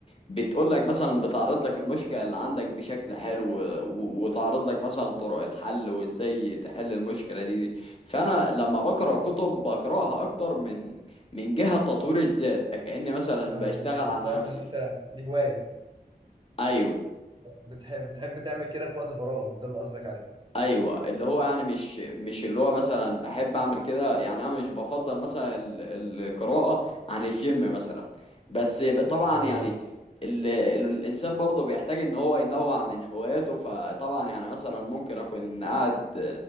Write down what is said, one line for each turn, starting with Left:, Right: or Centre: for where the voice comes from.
Left: بتقول لك مثلا بتعرض لك المشكلة اللي عندك بشكل حلو و- وتعرض لك مثلا طرق الحل وازاي تحل المشكلة دي, دي فأنا لما بقرأ كتب بقرأها أكتر من من جهة تطوير الذات كأني مثلا
Right: ايوه
Left: بشتغل
Right: مش بتفرغ
Left: على نفسي
Right: من ان انت دي هوايه
Left: أيوه
Right: بتحب بتحب تعمل كده في وقت فراغك ده اللي قصدك عليه
Left: ايوه اللي هو يعني مش مش اللي هو مثلا بحب اعمل كده يعني انا مش بفضل مثلا ال- القراءه عن الجيم مثلا بس ب- طبعا
Right: ايوه ايوه
Left: يعني
Right: فاهم
Left: ال ال الانسان برضه بيحتاج ان هو ينوع من هواياته فطبعا يعني مثلا ممكن اكون قاعد